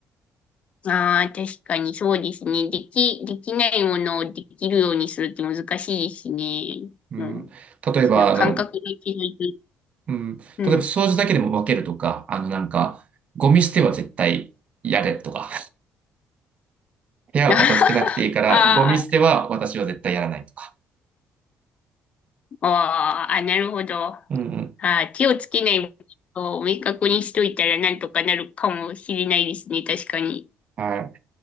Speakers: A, on the left; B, on the right.
A: ああ、確かにそうですね。でき、できないものをできるようにするって難しいですね。
B: うん、
A: うん。
B: 例えば、
A: その感覚で気づいて。
B: あの、うん、例えば掃除だけでも分けるとか、
A: うん。
B: あのなんか、ゴミ捨ては絶対やれとか、部屋は片付けなくていいから、
A: <laughs> あー
B: ゴミ捨ては私は絶対やらないとか。
A: あー、あ、なるほど。あ
B: うん
A: あ、手をつけないことを明確にしといたらなんとかなるかもしれないですね。確かに。
B: うん。はい。